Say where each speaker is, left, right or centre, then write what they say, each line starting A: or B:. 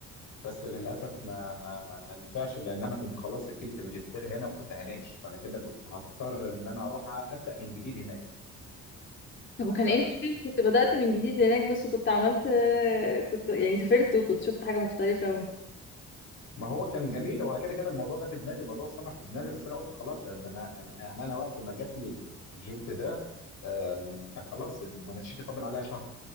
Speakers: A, on the left (about 70°); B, on the left (about 40°).
A: بس للاسف ما ما ما ما نفعش لان انا كنت خلاص سجلت ماجستير هنا وكنت هناقش فانا كده كنت هضطر ان انا اروح ابدا من جديد هناك
B: طب وكان
A: ف
B: ايه المشكلة كنت بدأت من جديد هناك بس كنت عملت آه، كنت يعني سافرت وكنت شفت حاجة مختلفة و...
A: ما هو كان جميل هو كده كده الموضوع ده في دماغي موضوع السفر في دماغي بس انا قلت خلاص يعني ده انا يعني يعني انا وقت ما جات لي ال- الجوب ده آه كان خلاص مناقشتي فاضل عليها شهر